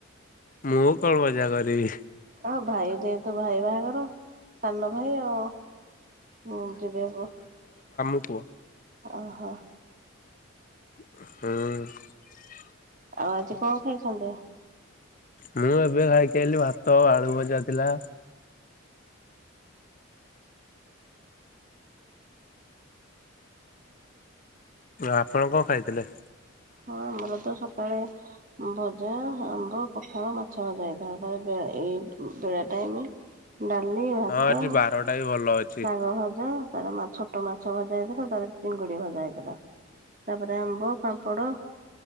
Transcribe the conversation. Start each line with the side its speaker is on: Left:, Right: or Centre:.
Left: ମୁଁ କଣ ମଜା କରିବି?
Right: ଆଉ ଭାଇ ଯେହେତୁ ଭାଇ ବାହାଘର ସାନ ଭାଇ ଆଉ ଯିବିକୁ
Left: ପୂଅ।
Right: ଓଃ ହୋ।
Left: ହୁଁ।
Right: ଆଉ ଆଜି କଣ ଖାଇଛନ୍ତି?
Left: ମୁଁ ଏବେ ଖାଇକି ଆଇଲିି ଭାତ ଆଳୁ ଭଜା ଥିଲା। ଆପଣ କଣ ଖାଇଥିଲେ?
Right: ହଁ ଆମର ତ ସକାଳେ ଭଜା ଆମ୍ବ ପଖାଳ ମାଛ ଭଜା ହେଇଥାଏ ତା ଏଇ ବେଳା ଟାଇମ ଡାଲି ଭାତ
Left: ହଁ ଆଜି ବାରଟା ବି ଭଲ ଅଛି।
Right: ଶାଗଭଜା। ରବ୍ ବାରେ ମାଛ। ଛୋଟମାଛ ଭଜା ହେଇଥିବ ତାର ଚିଙ୍ଗୁଡ଼ି ଭଜା। ତାପରେ ଆମ୍ବ ପାମ୍ପଡ଼